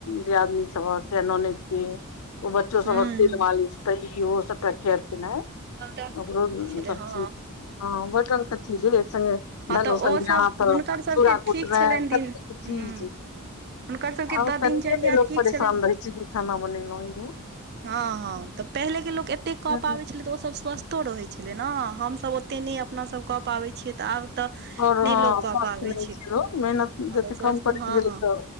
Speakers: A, on the left (about 75°); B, on the right (about 50°).
A: दियादनी सभक या ननैद के ओ बच्चो
B: हूँ
A: सबहक तेल मालिश तयौ सबटा केयर केनाइ
B: डॉक्टर
A: ओकरो
B: आबै छलै
A: सबचीज
B: हँ
A: हाँ बहुत रंगगके एक संगे
B: हँ
A: धन
B: तऽ
A: ओसनीयाँ
B: ओसभ
A: अहाँ त
B: हुनकर सभके
A: चूरा कुटनाय
B: ठीक छलनि दिन
A: सब चीज
B: हूँ हुनकर सभके
A: आ
B: तऽ
A: कनये
B: दिनचर्या
A: दिन लोक
B: ठीक
A: परेशान
B: छलनि
A: रहै छै कि खाना बनेलहूँ यौ
B: हाँ हाँ तऽ पहिले के लोक एते कऽ
A: आओर
B: पाबै छलै तऽ ओ सब स्वस्थ कतो रहै छलै ने हमसभ ओते नहि अपना सब कऽ पाबै छियै तऽ आब तऽ
A: आओर
B: नहि
A: हँ
B: लोक कऽ
A: स्वास्थ
B: पाबै
A: नहि छै ओ मेहनत
B: हँ
A: जतेक
B: तऽ स्वस्थ
A: कम करैत
B: हँ
A: गेलै
B: हँ
A: तऽ